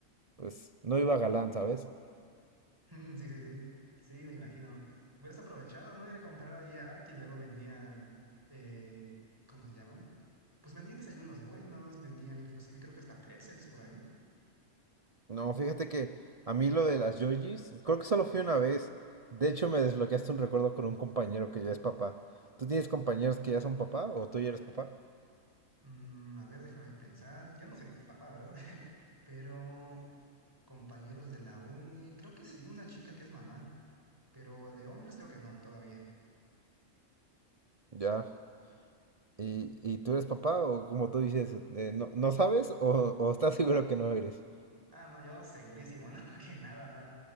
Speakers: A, on the right; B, on the right.
A: pues, no iba galán, ¿sabes?
B: <laughs> Sí, sí, sí. Sí, me imagino. Hubieras aprovechado, ¿no? Ir a comprar ahí a Ark y luego vendían, eh, ¿cómo se llaman? Pues vendían desayunos buenos, vendían inclusive creo que hasta pretzels por ahí.
A: No, fíjate que a mí lo de las Yojis, creo que solo fui una vez. De hecho, me desbloqueaste un recuerdo con un compañero que ya es papá. ¿Tú tienes compañeros que ya son papá o tú ya eres papá?
B: Mm, a ver, déjame pensar. Yo no soy papá, ¿verdad? <laughs> Pero compañeros de la uni, creo que sí, una chica que es mamá, pero de hombres creo que no, todavía.
A: Ya. ¿Y, y tú eres papá o como tú dices, eh, no, no sabes o, o estás seguro que no eres?
B: Ah, no, yo segurísimo, <laughs> no, que nada, nada.